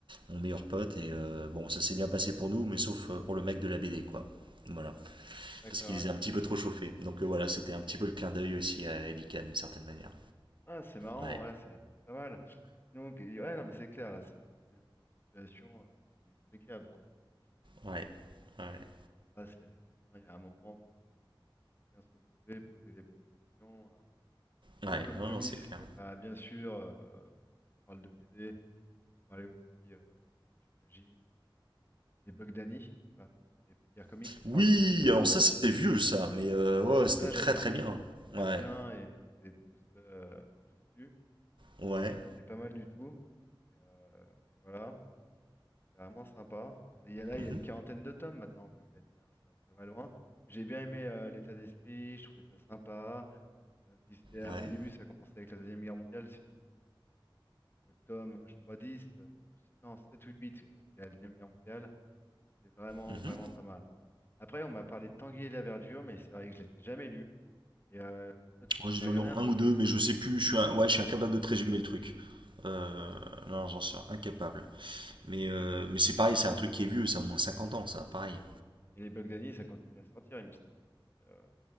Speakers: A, on the right; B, on the left.
A: mon meilleur pote et euh, bon, ça s'est bien passé pour nous, mais sauf euh, pour le mec de la BD, quoi. Voilà,
B: D'accord.
A: parce qu'il les
B: ouais.
A: a un petit peu trop chauffés. Donc euh, voilà, c'était un petit peu le clin d'œil aussi à Elikan d'une certaine manière.
B: Ah, c'est marrant,
A: Ouais,
B: ouais, c'est c'est pas mal. Donc, ouais, non, mais c'est clair, là, si tu te mets dans une situation, euh, c'est inextricable, quoi.
A: ouais,
B: Donc,
A: ouais.
B: là, c'est, non, il y a un moment, faut bien se reposer, poser les bonnes questions, hein. Sinon,
A: Ouais,
B: comme
A: non,
B: comics,
A: non, c'est clair.
B: euh, bah, bien sûr, euh, quand on parle de BD, on peut parler aussi, euh, j'imagine. Les Bugdani, voilà. J'allais pas dire comics, mais
A: Oui,
B: non, les Bugdani.
A: alors ça c'était vieux ça, mais euh, ouais, c'était
B: Ça,
A: très
B: j'adore.
A: très bien.
B: Il y en
A: Ouais,
B: a plein et je les ai tous, euh, tous lus.
A: ouais,
B: C'est pas mal du tout. Et, euh, et voilà, c'est vraiment sympa. Il y en a, il y a là,
A: mhm,
B: il y a une quarantaine de tomes maintenant, Bugdani, hein, ça, ça va loin. J'ai bien aimé euh, l'état d'esprit, je trouvais ça sympa. Euh, puis c'était, euh,
A: ouais,
B: au début, ça commençait avec la Deuxième Guerre mondiale, c'est jusqu'au au tome, je crois, 10. euh, ou si- non, 7 ou 8 euh, qui est la Deuxième Guerre mondiale. C'est vraiment,
A: mhm.
B: vraiment pas mal. Après, on m'a parlé de Tanguy et la Verdure, mais c'est vrai que je ne les ai jamais lus. Et euh, toi, tu
A: Moi, j'ai
B: t'as
A: dû
B: regardé
A: en lire
B: un peu?
A: un ou deux, mais je sais plus. Je suis, un- ouais, je suis incapable de te résumer le truc. Euh, non, j'en suis incapable. Mais, euh,
B: D'accord.
A: mais c'est pareil, c'est un truc qui est vieux, ça a au moins 50 ans, ça, pareil.
B: Et les Bugdani, ça continue à sortir, il me semble. hein. C'est, euh,